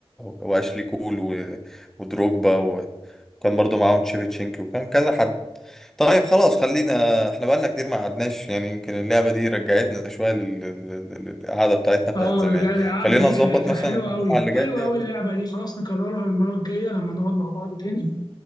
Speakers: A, in the centre; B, on the left.
A: واشلي كول و... ودروجبا وكان برضو معاهم تشيفتشينكي وكان كذا حد طيب خلاص خلينا احنا بقالنا كتير ما قعدناش يعني يمكن اللعبة دي رجعتنا شوية لل- لل- لل- للقعدة بتاعتنا
B: اه
A: بتاعت زمان
B: اللع- القعدة
A: خلينا
B: دي
A: نظبط
B: كانت
A: مثلا
B: حلوة
A: الجمعة
B: أوي
A: اللي
B: حلوة
A: جاية
B: أوي اللعبة دي خلاص نكررها المرة الجاية لما نقعد مع بعض تاني